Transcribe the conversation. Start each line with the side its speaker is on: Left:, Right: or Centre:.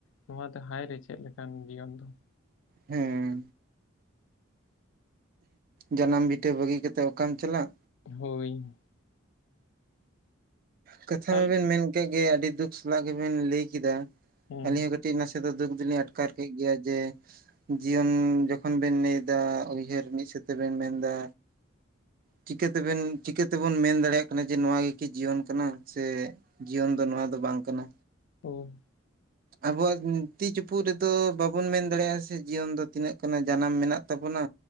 Left: ᱱᱚᱣᱟ ᱫᱚ ᱦᱟᱭ ᱨᱮ ᱪᱮᱫ ᱞᱮᱠᱟᱱ ᱡᱤᱭᱚᱱ ᱫᱚ᱾
Right: ᱦᱮᱸ᱾ ᱡᱟᱱᱟᱢ ᱵᱷᱤᱴᱟᱹ ᱵᱟᱹᱜᱤ ᱠᱟᱛᱮᱜ ᱚᱠᱟᱢ ᱪᱟᱞᱟᱜ?
Left: ᱦᱳᱭ᱾
Right: ᱠᱟᱛᱷᱟ
Left: ᱛᱟᱞ
Right: ᱢᱟᱵᱮᱱ ᱢᱮᱱᱠᱮᱜ ᱜᱮᱭᱟ, ᱟᱹᱰᱤ ᱫᱩᱠ ᱥᱟᱞᱟᱜ ᱜᱮᱵᱮᱱ ᱞᱟᱹᱭ ᱠᱮᱫᱟ
Left: ᱦᱮᱸ
Right: ᱟᱹᱞᱤᱧ ᱦᱚᱸ ᱠᱟᱹᱴᱤᱡ ᱱᱟᱥᱮ ᱫᱚ ᱫᱩᱠ ᱫᱩᱞᱤᱧ ᱟᱴᱠᱟᱨ ᱠᱮᱫ ᱜᱮᱭᱟ, ᱡᱮ ᱡᱤᱭᱚᱱ ᱡᱚᱠᱷᱚᱱ ᱵᱮᱱ ᱞᱟᱹᱭᱫᱟ, ᱩᱭᱦᱟᱹᱨ ᱢᱤᱫ ᱥᱟᱛᱮ ᱵᱮᱱ ᱢᱮᱱ ᱫᱟ ᱪᱤᱠᱟᱹᱛᱮᱵᱮᱱ ᱪᱤᱠᱟᱹ ᱛᱮᱵᱚᱱ ᱢᱮᱱ ᱫᱟᱲᱮᱭᱟᱜ ᱠᱟᱱᱟ ᱡᱮ ᱱᱚᱣᱟ ᱜᱮᱠᱤ ᱡᱤᱭᱚᱱ ᱛᱟᱱᱟ ᱡᱮ ᱡᱤᱭᱚᱱ ᱫᱚ ᱱᱚᱣᱟ ᱫᱚ ᱵᱟᱝ ᱠᱟᱱᱟ᱾
Left: ᱩᱸ
Right: ᱟᱵᱚᱣᱟᱜ ᱛᱤ ᱪᱩᱯᱩᱫ ᱨᱮᱫᱚ ᱵᱟᱵᱚᱱ ᱢᱮᱱ ᱫᱟᱲᱮᱭᱟᱜ-ᱟ ᱥᱮ ᱡᱤᱭᱚᱱ ᱫᱚ ᱛᱤᱱᱟᱹᱜ ᱠᱟᱱᱟ ᱡᱟᱱᱟᱢ ᱢᱮᱱᱟᱜ ᱛᱟᱵᱚᱱᱟ᱾